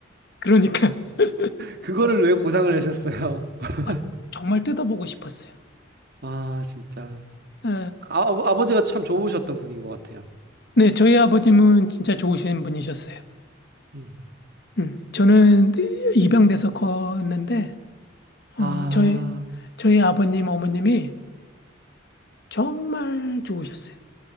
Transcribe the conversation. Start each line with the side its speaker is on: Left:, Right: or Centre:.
Left: 그러니까. <laughs>
Right: 그거를 왜 고장을 내셨어요? <laughs>
Left: 아, 정말 뜯어보고 싶었어요.
Right: 아, 진짜.
Left: 어,
Right: 아, 아버- 아버지가 참 좋으셨던 분인 것 같아요.
Left: 네, 저희 아버님은 진짜 좋으신 분이셨어요.
Right: 음.
Left: 음, 저는 입양돼서 컸는데,
Right: 아,
Left: 어, 저희, 저희 아버님, 어머님이 정말 좋으셨어요.